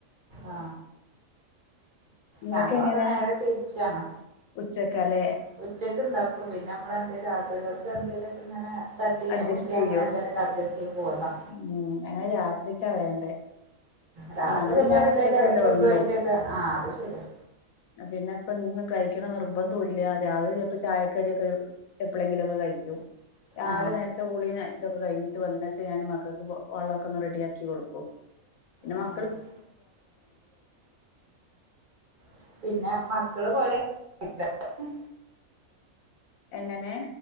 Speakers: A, on the right; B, on the left.
A: ആ
B: നിങ്ങൾക്ക്
A: ഞങ്ങളൊക്കെ
B: എങ്ങനെയാ
A: നേരെ തിരിച്ചാണ്
B: ഉച്ചക്കാലേ
A: ഉച്ച ഒക്കെ ഉണ്ടാക്കും പിന്നെ നമ്മളെന്തിലും രാത്രി കക്ക് എന്തേലുമൊക്കെ ഇങ്ങനെ തട്ടി
B: അഡ്ജസ്റ്റ്
A: ഒട്ടി
B: ചെയ്യോ
A: അങ്ങനെ എന്തേലുമക്കെ അഡ്ജസ്റ്റ് ചൈത് പോന്നതാ
B: ഉം ഞങ്ങള് രാത്രിക്കാ വേണ്ടേ
A: രാത്രി
B: ഒന്നാമത്
A: ചെൽപ്പം
B: ഞാൻ
A: എന്തേലും
B: ഒറ്റക്കല്ലേ
A: ലഘുവായിട്ടൊക്കെ
B: ഉള്ളൂ
A: ആ അത് ശെരിയാ
B: പിന്നെ ഇപ്പ ഇന്ന് കഴിക്കണ നിർബന്ധംല്ല രാവിലെ ചപ്പോ ചായക്കടിയൊക്കെ എപ്പോഴെങ്കിലുംക്കെ കഴിക്കും രാവിലെ
A: ആ
B: നേരത്തെ കൂളി ഇതൊക്കെ കഴിഞ്ഞിട്ട് വന്നിട്ട് ഞാൻ മക്കൾക്ക് വള്ളമൊക്കെ ഒന്ന് റെഡിയാക്കി കൊടുക്കും പിന്നെ
A: ആ
B: മ
A: <unintelligible>
B: എങ്ങനെ